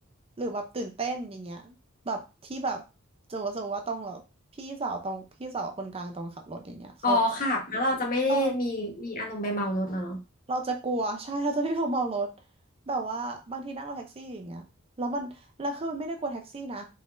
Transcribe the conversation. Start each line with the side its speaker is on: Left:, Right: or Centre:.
Right: หรือแบบตื่นเต้นอย่างเงี้ยแบบที่แบบจะว่าจะว่าต้องแบบพี่สาวตรงพี่สาวคนกลางตรงขับรถอย่างเงี้ยเขาใจะ
Left: อ๋อค่ะแล้วเราจะไม่ได้มีมีอารมณ์ไปเมารถแล้วเนาะ
Right: เออ เราจะกลัว <laughs> ใช่เราจะไม่ยอมเมารถแบบว่าบางทีนั่งรถแท็กซี่อย่างเงี้ยแล้วมันแล้วคือมันไม่ได้กลัวแท็กซี่นะ